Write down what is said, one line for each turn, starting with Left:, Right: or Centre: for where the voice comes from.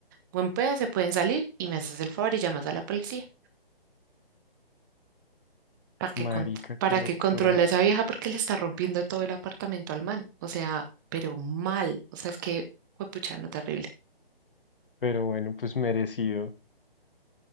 Right: buen pedazo, se pueden salir y me haces el favor y llamas a la policía para que,
Left: Marica,
Right: con-
Left: qué
Right: para
Left: locura.
Right: que controle a esa vieja porque le está rompiendo todo el apartamento al man. O sea, pero mal, o sea, es que fue puchano terrible.
Left: Pero bueno, pues merecido.